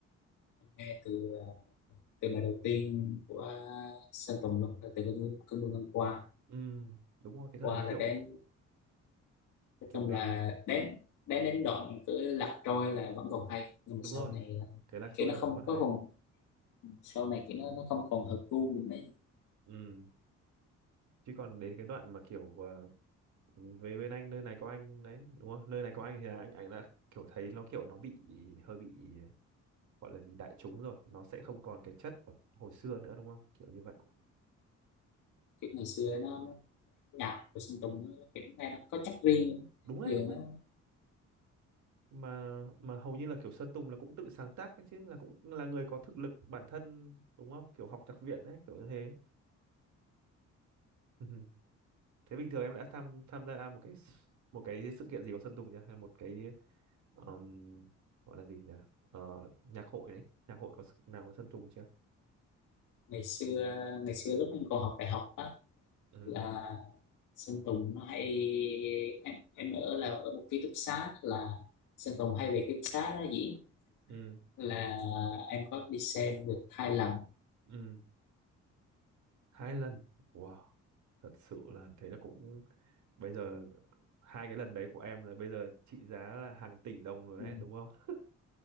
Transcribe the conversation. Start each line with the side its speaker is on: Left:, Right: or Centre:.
Left: nghe từ từ bài đầu tiên của Sơn Tùng luôn là từ cơn mưa cơn mưa ngang qua
Right: Ừ, đúng rồi, cái thời
Left: qua
Right: đấy
Left: là
Right: kiểu
Left: đến nói
Right: kiểu
Left: chung
Right: nghe
Left: là đến đến đến đoạn cứ lạc trôi là vẫn còn hay nhưng
Right: đúng
Left: mà sau
Right: rồi.
Left: này là
Right: Cái Lạc
Left: kiểu
Right: Trôi
Left: nó
Right: là
Left: không
Right: vẫn còn hay.
Left: có còn sau này kiểu nó nó không còn hợp gu mình đấy
Right: Ừ, chứ còn đến cái đoạn mà kiểu ờ, về bên anh nơi này có anh đấy, đúng không? Nơi này có anh thì là anh anh đã kiểu thấy nó kiểu nó bị hơi bị gọi là gì đại chúng rồi, nó sẽ không còn cái chất hồi xưa nữa đúng không? Kiểu như vậy.
Left: kiểu ngày xưa nó nó nhạc của Sơn Tùng nó kiểu nghe nó có chất riêng luôn
Right: Đúng đấy,
Left: giờ
Right: đúng đấy.
Left: nó
Right: mà mà hầu như là kiểu Sơn Tùng là cũng tự sáng tác đấy chứ là cũng là người có thực lực bản thân đúng không kiểu học nhạc viện đấy kiểu như thế Ừ. thế bình thường em đã tham tham gia một cái s- một cái sự kiện gì của Sơn Tùng chưa hay một cái um, gọi là gì nhỉ Ờ, nhạc hội đấy nhạc hội có sự- nào có Sơn Tùng chưa
Left: ngày xưa ngày xưa lúc mình còn học đại học á
Right: ừ
Left: là Sơn Tùng nó hay em em ở là ở một ký túc xá là Sơn Tùng hay về ký túc xá đó dĩ
Right: ừ
Left: là em có đi xem được hai lần
Right: ừ hai lần wow thật sự là thế là cũng bây giờ hai cái lần đấy của em là bây giờ trị giá là hàng tỷ đồng rồi đấy
Left: Ừ,
Right: đúng không